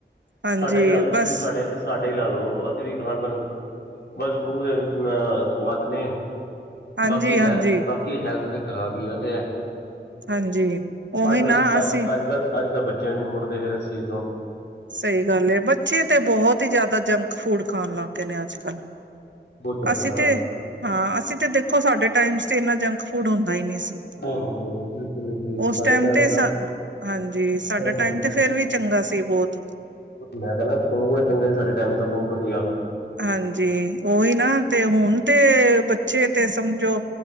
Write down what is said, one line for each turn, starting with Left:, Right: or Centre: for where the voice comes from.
Right: ਹਾਂਜੀ
Left: ਸਾਡਾ ਹੀ ਲਾ
Right: ਬਸ
Left: ਤੁਸੀਂ ਸਾਡੇ ਸਾਡੇ ਈ ਲਾ ਲਓ ਅਸੀਂ ਵੀ ਖਾਣਪਣ <inaudible> ਬਸ ਮੂੰਹ ਸਵਾਦ ਨੇ,
Right: ਹਾਂਜੀ
Left: ਬਾਕੀ
Right: ਹਾਂਜੀ
Left: ਹੈਲਥ, ਬਾਕੀ ਹੈਲਥ ਤੇ ਖ਼ਰਾਬ ਹੀ ਓ ਤੇ ਹੈ।
Right: ਹਾਂਜੀ ਉਹੀ
Left: ਅੱਜ ਕੱਲ੍ਹ
Right: ਨਾ ਅਸੀਂ
Left: ਅੱਜ-ਅੱਜ ਕੱਲ੍ਹ-ਅੱਜ ਕੱਲ੍ਹ ਬੱਚੇ <unintelligible> ਮੁੜਦੇ ਫਿਰ ਇਸ ਚੀਜ਼ ਤੋਂ।
Right: ਸਹੀ ਗੱਲ ਏ ਬੱਚੇ ਤੇ ਬਹੁਤ ਹੀ ਜ਼ਿਆਦਾ ਜੰਕ ਫੂਡ ਖਾਣ ਲੱਗ ਗੇ ਨੇ ਅੱਜ ਕੱਲ੍ਹ।
Left: ਬਹੁਤ ਜ਼ਿਆਦਾ
Right: ਅਸੀਂ
Left: ਯਾਰ
Right: ਤੇ, ਹਾਂ ਅਸੀਂ ਤੇ ਦੇਖੋ ਸਾਡੇ ਟਾਈਮਸ ਤੇ ਇੰਨਾ ਜੰਕ ਫੂਡ ਹੁੰਦਾ ਈ ਨਹੀਂ ਸੀ।
Left: ਨਹੀਂ ਨਹੀਂ ਬਿਲਕੁਲ ਨਹੀਂ ਸਾਡੇ
Right: ਉਸ ਟੈਮ
Left: ਟਾਈਮ
Right: ਤੇ
Left: ਤਾਂ
Right: ਸਾ, ਹਾਂਜੀ ਸਾਡਾ
Left: ਹਾਂਜੀ
Right: ਟਾਈਮ
Left: ਹਾਂਜੀ
Right: ਤੇ ਫੇਰ ਵੀ ਚੰਗਾ ਸੀ ਬਹੁਤ।
Left: ਮੈਂ ਕਹਿਨਾ ਸੌ ਗੁਣਾ ਚੰਗੇ ਸੀ ਸਾਡਾ ਟਾਈਮ ਤਾਂ ਬਹੁਤ ਵਧੀਆ।
Right: ਹਾਂਜੀ, ਉਹੀ ਨਾ ਤੇ ਹੁਣ ਤੇ ਬੱਚੇ ਤੇ ਸਮਝੋ